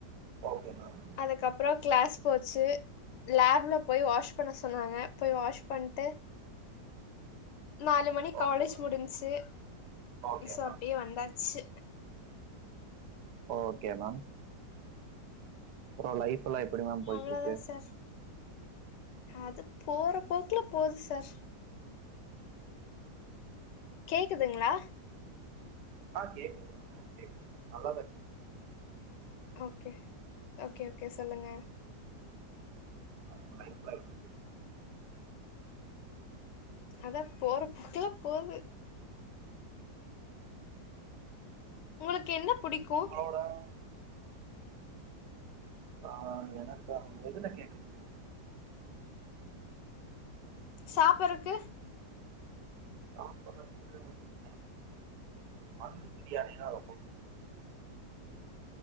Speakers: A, on the right; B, on the left.
A: ஓகே மேம்
B: அதுக்கப்பறோ கிளாஸ் போச்சு லேப்லபோய் வாஷ் பண்ண சொன்னாங்க போய் வாஷ் பண்ட்டு நாலு மணி காலேஜ்
A: ஓகே மேம்
B: முடிஞ்ச்சு
A: ஓகே
B: ஸோ
A: மேம்
B: அப்டியே வந்தாச்சு
A: ஓகே மேம் உங் லைஃப் புல்லா எப்டி மேம் போயிட்டு
B: அவ்ளதா
A: இருக்கு
B: சார் அது போற போக்குல போது சார் கேக்குதுங்ளா
A: ஆஹ் கேக்குது மேடம் கேக்குது நல்லா தாருக்
B: ஓகே ஓகே ஓகே சொல்லுங்க
A: உங்க லைப்லா எப்டி
B: அதா போற போக்குல போது உங்களுக்கு என்ன புடிக்கு
A: <unintelligible> ஆஹ் எனக்கா எதுல கேக்கறீங்க
B: சாப்பறது
A: ஆ <unintelligible> இதேமாரிதா மந்தி பிரியாணின்னா ரொம்போ புடிக்கோ